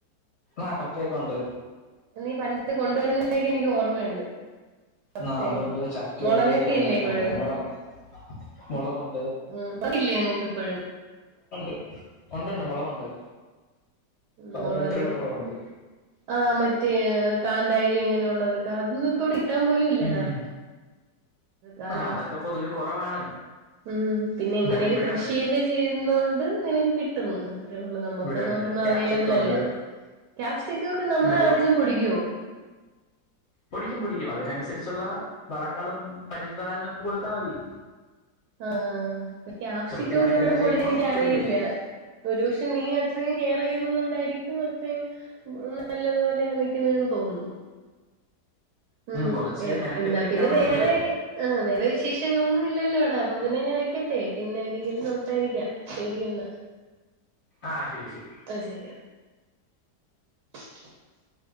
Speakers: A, on the left; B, on the right.
A: ആ കപ്പയൊക്കെണ്ട്
B: നീ പണ്ട് കൊണ്ടുവരുന്നതിനെ എനിക്ക് ഓർമ്മയുണ്ട്. കപ്പയും
A: ആ അതുണ്ട് ചക്കയുണ്ട്
B: മുളകൊക്കെ
A: കിഴ
B: ഇല്ലേ ഇപ്പോഴും
A: ആ കിഴങ്ങ് പറഞ്ഞ് മുളകുണ്ട്.
B: ഉ - ല്ലേ ങ്ങക്ക് ഇപ്പോഴും
A: ഉണ്ട് ഉണ്ട് മുളകുണ്ട്.
B: ഉ
A: പലതരത്തിലുള്ള
B: മുളക്
A: മുളകുണ്ട്
B: ആ മറ്റേ കാന്താരി എങ്ങനെ ഉള്ളത് അതൊന്നും ഇത്തടെ ഇട്ടാൻ പോലും ഇല്ലടാ
A: ഉം
B: കാലാവസ്ഥ
A: ആ അതൊക്കെ പൊതുവെ കുറവാണ്
B: ഉം പിന്നെ ഇങ്ങനെയൊക്കെ
A: എന്തായാലും ഇവിടെയുണ്ട്
B: കൃഷിയൊക്കെ ചെയ്യുന്നൊണ്ട് നിനക്ക് കിട്ടന്ന് അത്രേ ഉള്ളൂ നമ്മുക്കൊന്നും
A: ഇവിടെയുണ്ട്
B: ഒന്നും
A: ക്യാപ്സിക്കം
B: അവൈലബിൾ
A: ഉണ്ട്
B: അല്ല കായാപ്സിക്കോ ഒക്കെ നമ്മളെ
A: അങ്ങനെ
B: നാട്ടിലും പുടിക്കൊ?
A: പുടിക്കും പുടിക്കും.., അതിനനുസരിച്ചുള്ള വളങ്ങളും പരിചിധാലനും ഒക്കെ കൊടുത്താൽ മതി.
B: ആഹൊ കാക്യാപ്സിക്കോ
A: കൃത്യമായിട്ടെല്ലാം
B: ഒക്കെ ഇവിടെ പൊടി
A: ചെയ്യുമ്പം
B: <unintelligible> എനിിക്ക അറിയില്ല
A: പിടിക്കും
B: ഒരുപക്ഷെ നീ അത്രയും കെയർ ചെയ്യുന്നതുണ്ടായിരിക്കും. അത്രയും നല്ലതുപോലെയാ നിക്കുന്നെന്ന് തോന്നുന്നു. ഉം
A: കുറച്ച് മെനക്കെട്ട്
B: എന്നാ
A: നിക്കണോന്നേ
B: പിന്നെ വേറെ
A: ഉള്ളൂ
B: ആ <inaudible> ങ്ങളന്ന ഇല്ലല്ലോട അപ്പ പിന്നെ ഞെ വെക്കട്ടെ പിന്നെ ഒരിക്കൽ <unintelligible> രിക്കാം ശരിക്കന്ന്
A: ആ ശരി ശരി
B: അ ശരിയാ. <inaudible>